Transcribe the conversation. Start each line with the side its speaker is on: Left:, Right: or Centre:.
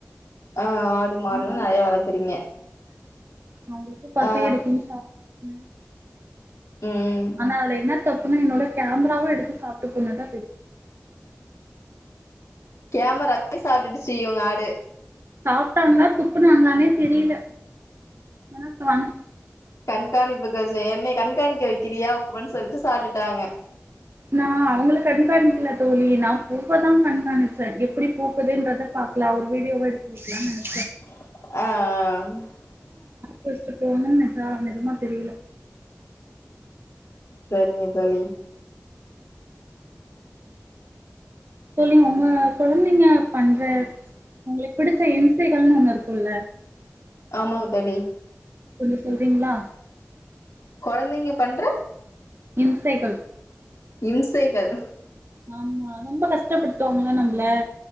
Left: ஆ ஆடு மாடுலா
Right: நம்ம
Left: நறையா வளக்குறீங்க
Right: அவுங்களுக்கு பசி
Left: ஆ
Right: எடுக்குனு சாப் ம்,
Left: ம்
Right: ஆனா அதுல என்ன தப்புனா என்னோட கேமராவு எடுத்து சாப்ட்டு போனதுதா
Left: கேமரா வ சாப்ட்டுச்சி உங்க ஆடு
Right: சாப்ட்டாங்ளா துப்புனாங்களானே தெரில, ஆனா காணு
Left: கண்காணிப்புக்கா வச்ச என்னைய கண்காணிக்க வைக்கிறியா அப்டின்னு சொல்லிட்டு சாப்ட்டுட்டாங்க
Right: நா அவங்கள கண்காணிக்கல தோழி நா பூவ தா கண்காணிச்ச எப்டி பூக்குதுன்றத பாக்கலா ஒரு வீடியோவா எடுத்து வைக்கிலான் நனச்
Left: ஆ ஆ ஆ
Right: கோச்சிட்டு போணு நனச்சதா நெஜமா தெரில
Left: சரிங்க தோழி
Right: தோழி ஒங்க கொழந்தைங்க பண்ற உங்களுக்கு பிடிச்ச இம்சைகள்னு ஒண்ணு இருக்குல்ல
Left: ஆமாங்க தோழி
Right: கொஞ்சோ சொல்றீங்ளா
Left: கொழந்தைங்க பண்ற
Right: இம்சைகள்
Left: இம்சைகள்
Right: ஆமா ரொம்ப கஷ்டப்படுத்துவாங்கல நம்பள